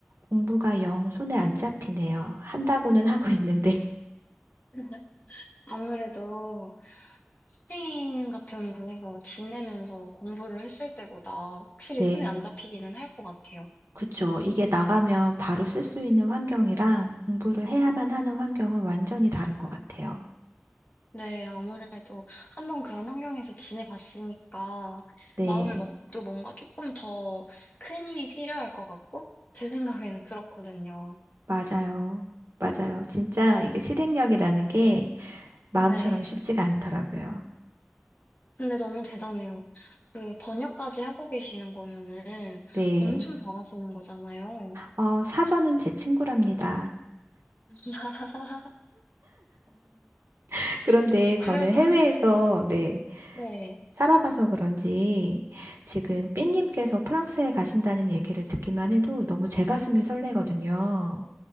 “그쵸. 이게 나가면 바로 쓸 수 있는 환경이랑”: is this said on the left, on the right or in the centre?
Right